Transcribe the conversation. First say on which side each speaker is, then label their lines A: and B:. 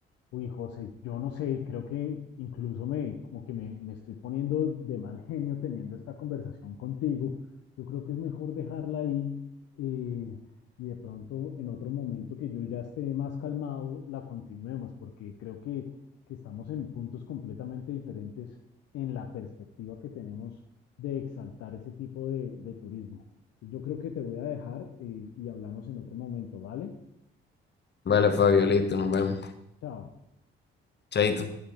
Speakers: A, on the left; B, on the left.
A: Uy, José, yo no sé, creo que incluso me, como que me, me estoy poniendo de mal genio teniendo esta conversación contigo. Yo creo que es mejor dejarla ahí eh, y de pronto en otro momento que yo ya esté más calmado, la continuemos, porque creo que, que estamos en puntos completamente diferentes en la perspectiva que tenemos de exaltar ese tipo de, de turismo. Yo creo que te voy a dejar eh, y hablamos en otro momento, ¿vale?
B: Vale, Fabio, listo, nos vemos.
A: Chao.
B: Chaito.